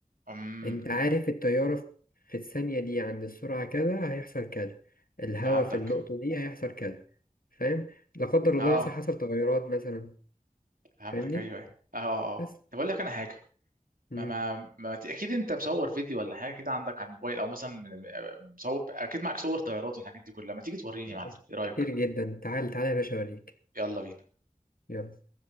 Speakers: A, on the right (about 75°); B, on the left (about 80°).
A: امم
B: انت عارف التيارة في في الثانية دي عند السرعة كذا هيحصل كذا الهواء
A: فهمتك
B: في النقطة دي هيحصل كذا فاهم لا قدر
A: اه
B: الله مثلا حصل تغيرات مثلا
A: فهمتك
B: فاهمني
A: ايوه ايوه اه اه آه.
B: بس
A: طب اقول لك انا حاجه
B: مم.
A: ما ما, ما ت- اكيد انت مصور فيديو ولا حاجه كده عندك على الموبايل او مثلا من- من- مصور اكيد معاك صور طيارات والحاجات دي كلها ما تيجي توريني
B: آه،
A: يا معلم ايه رايك
B: كتير جدا تعال تعال يا باشا اوريك
A: يلا بينا
B: يلا